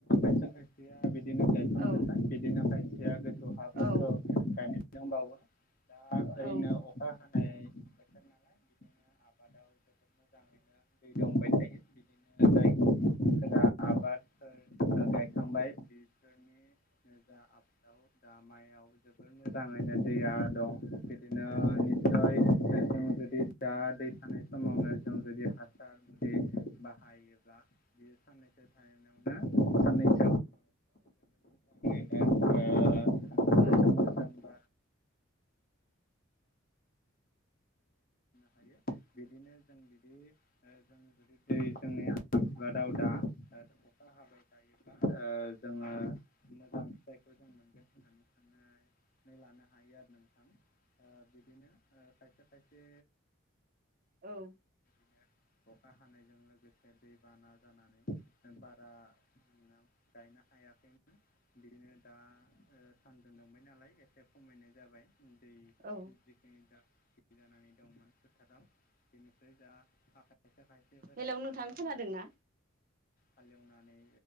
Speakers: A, on the left (about 45°); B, on the right (about 45°).
A: फैसा खायसैया बिदिनो
B: औ
A: नो खायसेया गोथौ
B: औ
A: हाफोरखौ गायनायनो दंबावो दा
B: औ
A: ओरैनो अखा खानाय बोथोर नालाय बिदिनो आबादाव जोबोद मोजाङैनो दै लांबाय थायो बिदिनोायफोराा आबादफोर गायखांबाय <unintelligible> नि जा आबु <unintelligible> दा माइयाव जोबोद मोजाङैनो दैया दं बिदिनो निटसय ग <unintelligible> दा दै थानाय समावनो जों जुदि हासार मुलि बाहायोब्ला बेयो साननैसो थानायाहनायावनो साननैसो <unintelligible> बे <unintelligible>
B: औ
A: <unintelligible> नो हायो बिदिनो जों बिदि जों जुदि दै जोंनि <unintelligible> बा दावदा अखा हाबाय थायोब्ला जोङो मोजां फिथाइखौ मोजां मोनगोन होननानै साननानै लानो हायो आरो नोंथां बिदिनो खायसे खायसे
B: औ
A: द <unintelligible> अखा हानायजों लोगोसे दै बाना जानानै बारा गायनो हायो हायाखैमोन बेनो दा ओ सानदुं दुंबाय नालाय एसे खमायनाय जाबाय दै
B: औ
A: जिखिनि द जानानै दंमोन खोथाराव बेनिफ्राय जा ह <unintelligible> खायसा खायसेफोरा
B: हेलौ
A: हालेवनानै
B: नोंथां खोनादोंना
A: हालेवनानै